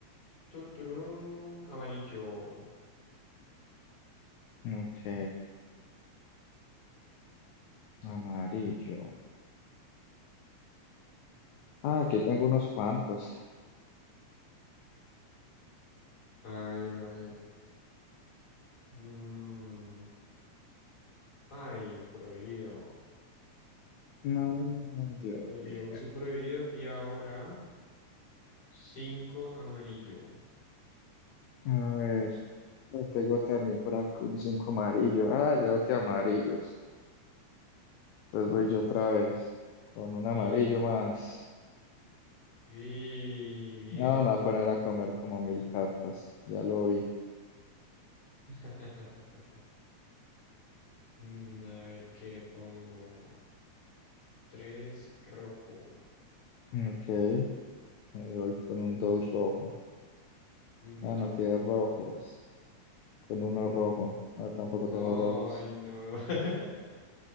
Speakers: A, on the left; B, on the left.
A: tun, tururún, amarillo.
B: Ok. Amarillo. Ah, aquí tengo unos cuantos.
A: A ver, a ver. mm, ay, prohibido.
B: No, Dios
A: Se
B: mío.
A: llevó su prohibido y ahora cinco amarillo.
B: A ver, lo tengo también por acá un 5 amarillo. Ah, ya no te amarillos. Entonces voy yo otra vez con un amarillo
A: Y,
B: más.
A: y bien.
B: No, me voy a poner a comer como mil cartas. Ya lo vi.
A: <laughs> Mm, a ver qué pongo. Tres rojo.
B: Ok, yo voy con un 2 rojo.
A: Mm,
B: Ah,
A: Me tocó
B: no tiene
A: comer.
B: rojos. Con uno rojo. No, tampoco
A: Ay,
B: tengo rojos.
A: no. <laughs>